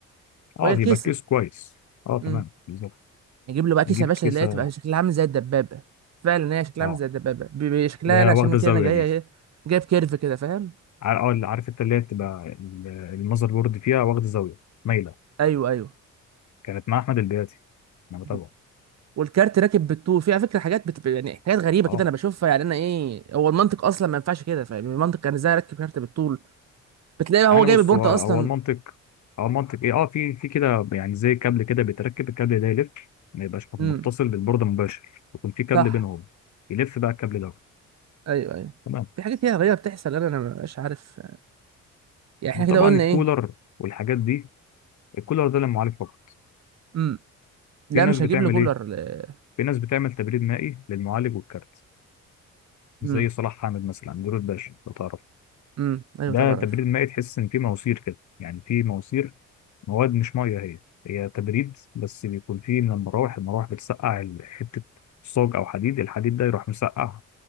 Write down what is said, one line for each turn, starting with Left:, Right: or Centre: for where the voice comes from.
Left: اه
Right: وهي الكيسه
Left: بيبقى الكيس كويس اه تمام
Right: امم
Left: بالظبط
Right: نجيب له بقى كيسه
Left: نجيب
Right: يا باشا
Left: كيسه
Right: اللي هي تبقى شكلها عامل زي الدبابه فعلا هي شكلها
Left: اه
Right: عامل زي الدبابه ب- ب- شكلها
Left: لا
Right: لا
Left: واخده
Right: عشان كده
Left: الزاويه
Right: انا جايه
Left: دي
Right: ايه جايب كيرف كده فاهم
Left: ع- اه عارف انت اللي هي بتبقى ال- المذر بورد فيها واخد زاويه مايله
Right: ايوه ايوه
Left: كانت مع احمد البياتي انا بتابعه
Right: مم. والكارت راكب بالطول في على فكره حاجات بت... يعني حاجات غريبه
Left: اه
Right: كده انا بشوفها يعني انا ايه هو المنطق اصلا ما ينفعش كده فاهم المنطق كان ازاي اركب كارت بالطول بتلاقي هو
Left: يعني
Right: جايب
Left: بص
Right: البورده
Left: هو هو
Right: اصلا
Left: المنطق هو المنطق ايه اه في في كده يعني زي كابل كده بيتركب الكابل ده يلف ما يبقاش متصل
Right: امم
Left: بالبورده مباشر يكون في كابل
Right: صح
Left: بينهم يلف بقى الكابل ده
Right: ايوه ايوه
Left: تمام
Right: في حاجات كده غريبه بتحصل انا انا مبقاش عارف يعني احنا
Left: وطبعا
Right: كده قلنا
Left: الكولر
Right: ايه
Left: والحاجات دي الكولر ده للمعالج فقط
Right: امم لا
Left: في ناس
Right: مش
Left: بتعمل
Right: هجيب لي كولر
Left: ايه
Right: ل-
Left: في ناس بتعمل تبريد مائي للمعالج والكارت زي
Right: امم
Left: صلاح حامد مثلا نور الباشا لو تعرف
Right: امم ايوه
Left: ده
Right: طبعا
Left: تبريد
Right: عارفه
Left: مائي تحس ان في مواسير كده يعني في مواسير مواد مش ميه هي هي تبريد بس بيكون فيه من المراوح المراوح بتسقع ال- حته صاج او حديد الحديد ده يروح مسقع